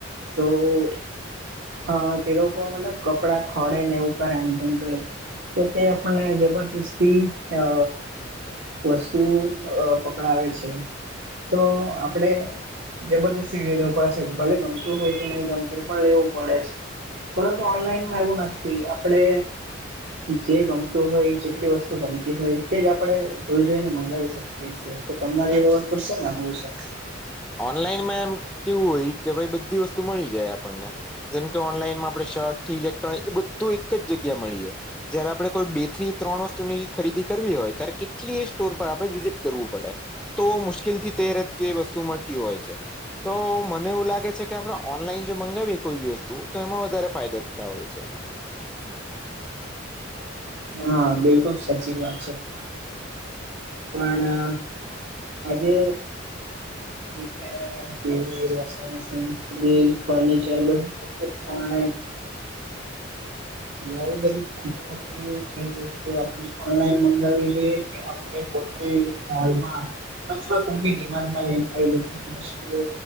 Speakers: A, on the right (about 65°); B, in the centre.
A: તો હ તે લોકો મતલબ કપડા ખોડે ને એવું ઉપર એમ તેમ તો તે આપણને જબરજસ્તી અ વસ્તુ અ પકડાવે છે તો આપણેે જબરદસ્તી સીડી લેવું પડે છે ભલે ગમતું હોય કે નહી ગમતું હો એ પણ લેવું પડે છે. પરંતુ ઓનલાઈનમાં એવું નથી આપડે જે ગમતું હોય એ જેટલી વસ્તુ તો ગમતી હોય તે જ આપડણે જોઈ જોઈને મંગાવી શકીએ. છી તો તમારી <unintelligible> પર શું માનવું છે.
B: ઓનલાઈન માં એમ કેવું હોય કે ભાઈ બધી વસ્તુ મળી જાય આપણને. જેમ કે ઓનલાઈનમાં આપણે શર્ટ થી ઇલેક્ટ્રોનિક એ બધું એક જ જગ્યા મળી જાય. જયારે આપડણે કોઈ બે થી ત્રણ વસ્તુની ખરીદી કરવી હોય ત્યારે કેટલી સ્ટોર પર આપણે વિઝિટ કરવું પડે. તો મુશ્કેલ થી તે ર તે વસ્તુ મળતી હોય છે. તો મને એવું લાગે છે કે આપડે ઓનલાઈન જો મંગાવીએ કોઈ બી વસ્તુ તો એમાં વધારે ફાયદા થતા હોય છે.
A: હા બિલકુલ સાચી વાત છે તમારી પણ આજે ક્યારે TV washing machine fridge furniture બધું <inaudible> <unintelligible> બધી મોટી મોટી વતુ આપણે ઓનલાઈન મંગાવવી જોઈએ કે આપણે પોતે મોલમાં અથવા કોઈ બી ડિમાડમાંને આવી બધી વસ્તુઓ